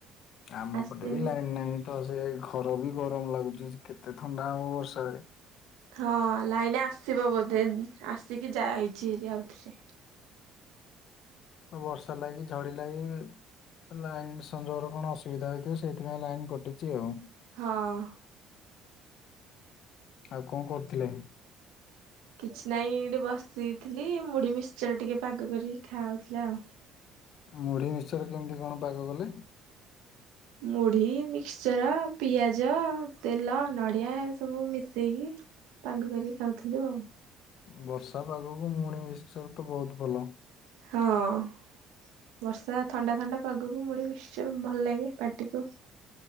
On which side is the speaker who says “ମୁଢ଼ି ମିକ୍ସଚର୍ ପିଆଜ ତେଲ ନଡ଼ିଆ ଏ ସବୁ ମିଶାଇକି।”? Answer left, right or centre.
Right